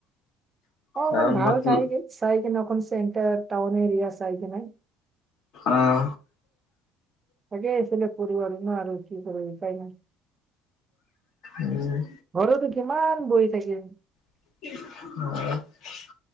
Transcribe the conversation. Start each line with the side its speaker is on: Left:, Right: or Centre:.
Right: অ অকন
Left: আহ
Right: ভাল
Left: মতলব
Right: ঠাই চাই কিনে অকন চেণ্টাৰ টাউন এৰিয়া চাই কিনে।
Left: আহ।
Right: তাকেই আছিলে কৰিব আৰু কি কৰিম উপায় নাই।
Left: উম।
Right: ঘৰতো কিমান বহি থাকিম।
Left: আ।